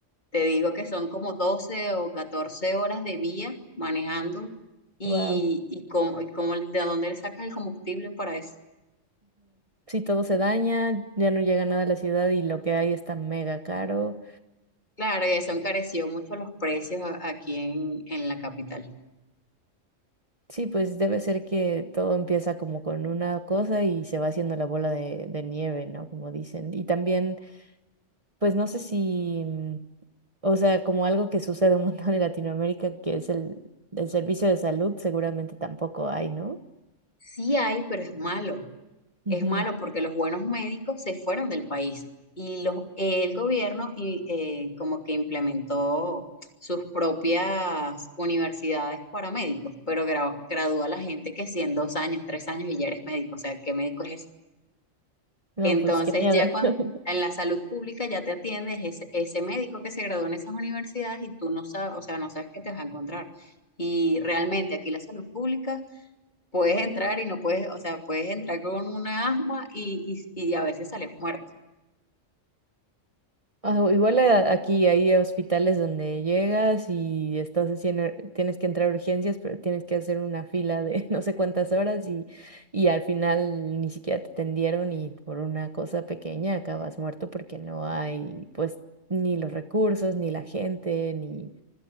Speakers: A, on the left; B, on the right.
A: te digo que son como 12 o 14 horas de vía manejando y,
B: Wow.
A: y, cómo, y cómo- de dónde le sacas el combustible para eso.
B: Si todo se daña, ya no llega nada a la ciudad y lo que hay está mega caro
A: Claro, y eso encareció mucho los precios a- aquí en, en la capital.
B: Sí, pues debe ser que todo empieza como con una cosa y se va haciendo la bola de, de nieve, ¿no? Como dicen. Y también, pues no sé si, mm, o sea, como algo que sucede un montón en Latinoamérica, que es el, el servicio de salud, seguramente tampoco hay, ¿no?
A: Sí hay, pero es malo.
B: Ujú.
A: Es malo porque los buenos médicos se fueron del país y los, el gobierno y, eh, como que implementó sus propias universidades para médicos, pero gra- gradúa a la gente que si en dos años, tres años y ya eres médico, o sea, ¿qué médico es? eso?
B: No,
A: Entonces
B: pues qué miedo.
A: ya cuan-
B: <laughs>
A: en la salud pública ya te atiendes ese, ese médico que se graduó en esas universidades y tú no sabes, o sea, no sabes qué te vas a encontrar. Y realmente aquí la salud pública puedes entrar y no puedes, o sea, puedes entrar con una asma y, y, y a veces sales muerto.
B: Ah, o Igual a- aquí hay hospitales donde llegas y estás haciendo, tienes que entrar a urgencias, pero tienes que hacer una fila de <laughs> no sé cuántas horas y, y al final ni siquiera te atendieron y por una cosa pequeña acabas muerto porque no hay pues ni los recursos, ni la gente, ni